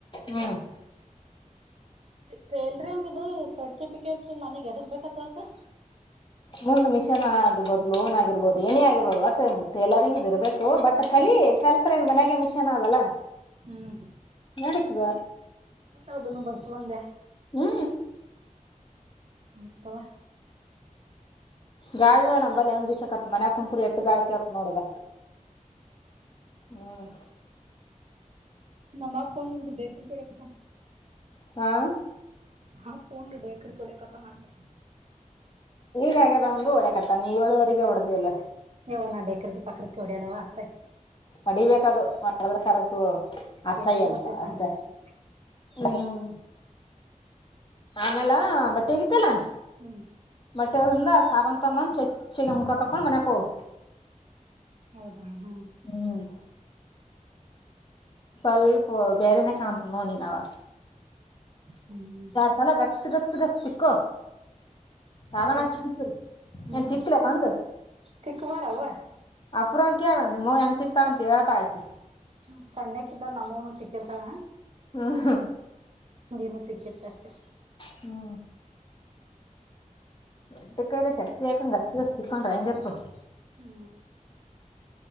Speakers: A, on the left (about 35°); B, on the right (about 50°).
A: ಹ್ಮ್
B: ಸೇಲ್ರಿ ಹಂಗದು ಸರ್ಟಿಫಿಕೇಟ್ ನನಗ್ ಎದಗ್ ಬೇಕತ್ತ ಅಕ
A: ಮುಂದ್ ಮಿಷನ್ ಆಗಿರ್ಬೋದು ಲೋನ್ ಆಗಿರ್ಬೋದು ಏನೇ ಆಗಿರ್ಬೋದು ಮ ಟೇಲರಿಂಗ್ ಇರ್ಬೇಕು ಹೋ ಬಟ್
B: ಹ್ಮ್
A: ಕಲಿ ಕಲ್ತ್ರ ನ್ ಮನ್ಯಾಗ ಮಿಷನ್ ಆದದಲ್ಲ
B: ಹ್ಮ್
A: ನಡತದ
B: ಅದನ್ನು ಬರ್ಸಬಂದೆ
A: ಹ್ಮ
B: ಆಯ್ತವಾ
A: ಗಾಳಿ ನೋಡಂಬಲ್ಲಿ ಹೆಂಗ್ ಬಿಸಕತ್ ಮನ್ಯ ಕುಂಂತುರು ಎತ್ತ ಗಾಳಿ ಕೆಪ್ ನೋಡ್ದ ಹ್ಮ್
B: ನಮ್ಮಪ್ಪ ಒಂದು ಬೇಕ್ರ ಕೊಡಬೇಕ
A: ಹಾ
B: ಹಾ ಪೂಂಡ ಡೇಕರಿ ಕೊಡ ಕತ ಮಾಡ್ದೆ
A: ಈಗ ಹಾಗದ ಒಂದು ಓಡೆಕತ್ತ ನೀವು ಏಳುವರೆಗೆ ಹೊಡೆ್ದ್ಲ್ಲ
B: ಯವ ನ ಡೆೇಕರಿರಿಗೆಿ ಪಕರಿಕ್ಕೆವಡ್ಯ ಅಲ್ಲ ವಸ
A: ಹೊಡಿಬೇಕದು ಮಾಡದ್ರೆ ಕರೆಕ್ಟ ಅಸಾಯ್ಯ
B: ಎಸಿಗೆ
A: ಅಂತ
B: ಬರ್ತೈತ್ ನಂಗೆ
A: ಅಷ್ಟ
B: ಎಸಿ
A: ಹ್ಮ್ ಆಮೇಲ ಬಟ್ಟೆಗಿತ್ತಲ್ಲಾ
B: ಹ್ಮ್
A: ಬಟ್ಟೆ ಹೋಗಿಂದ ಸಾವಂತ ತಗೊಂಡ್ ಚೊಚ್ಚಗ ಮುಖ ಕಕೊಂಡ್ ಮನ್ಯಕ್ ಹೋಗ
B: ಹೌದಾ ಹ್ಮ್
A: ಹ್ಮ್ ಸ್ವಲ್ಪ ಬೇರೆನ ಕಾಣ್ಂತ ನೋಡು ನೀನವಾಗ
B: ಹ್ಮ್
A: ಚಲ ಗಚ್ಚ ಗಚ್ಗಸ್ತಿಕ್ಕೋ ಶಬಾನಾ
B: ತಿಕ್ಕ
A: ಹಚ್ಸ
B: ಹ್ಮ್
A: ಏನ್ ತಿಕ್ಲೆ ಬಂದು
B: ತಿಕ್ಕಬಾರವ
A: ಅಪುರಾಂಗ ಕೇಳ ನಿಮ್ಮವ್ವ ಹೆಂಗ್ ತಿಗ್ತಾಳ ಅಂತ ಹೇಳ್ತಾಳ ಆಕಿ
B: ಹ ಸಣ್ಣಕ್ಕಿದ್ದಾಗ್ ನಮ್ಮವ್ನು ತಿಕ್ಕೆಂತಳ
A: ಹಾ ಹಾ
B: ನೀನು ತಿಕ್ಕತ್ತಿ ಅಷ್ಟೆ
A: ಹ್ಮ ಎಡ್ಡು ಕೈಲೆ ಶಕ್ತಿ ಆಕೆಂಡ್ ಗಚ್ಚ್ ಗಚ್ಚ್ ತಿಕ್ಕೊಂಡ್ರೆಂಗ್ ಇರ್ತದ್
B: ಹ್ಮ್